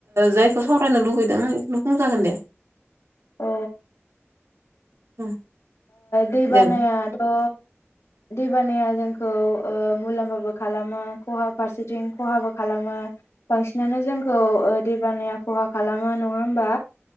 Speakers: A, on the right; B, on the left.
A: जायखौ सावरायनो लुुबैदों बेखौनो बुंजागोन दे
B: अ
A: उम
B: दै बानायाथ'
A: दे
B: दैबानाया जोंखौ मुलाम्फाबो खालामो खहा फारसेथिं खहाबो खालामो बांसिनानो जोंखौ दैबानाया खहा खालामो नङा होमबा